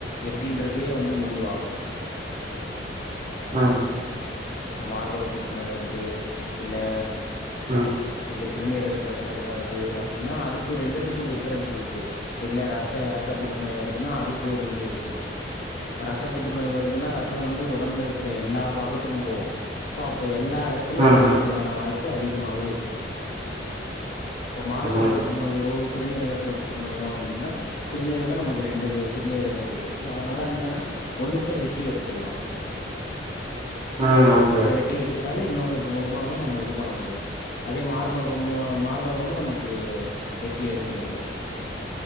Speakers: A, on the left; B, on the right.
A: அப்படின்றதே வந்து முடிவாகும்
B: ஆஹ்
A: மார்பக புற்றுநோய் வருது இல்லே
B: ம் ம் ம் ம் ம்
A: இல்ல சிறுநீரகத் புற்றுநோய் வருது அப்படின்னா அதுக்கு ரெண்டு டிஃபரன்ஸ் இருக்கு இல்ல ரத்த ரத்த புற்றுநோய் வருதுன்னா அதுக்கு ஒரு இது இருக்கு ரத்த புற்று புற்றுநோய் வருதுன்னா ரத்த வந்து உடம்பு இரு எல்லா பாகத்துக்கும் போவோம் சோ அப்ப எல்லா இடத்துலயும்
B: ம் ம்
A: பரவுரதுக்கானா வாய்ப்பு ரொம்ப அதிகமாவே இருக்குது இப்ப மார்பக
B: ம்
A: புற்று நோயோ சிறுநீரக த்துல புற்றுநோயூம் வந்ததுன்னா சிறுநீரகம் நமக்கு ரெண்டு சிறுநீரகம் இருக்குது சோ அதனால என்னன்னா ஒண்ணுத வெட்டி எடுத்துறலாம்
B: ம் ஓகே
A: ஒன்னு
B: ஓகே
A: வெட்டி எடுத்துட்டால இன்னொன்னு மூலியமாவே நம்ம இது பண்ண முடியும் அதே மார்பகமு மார்பகமும் நமக்கு வெட்டி எடுக்க முடியும்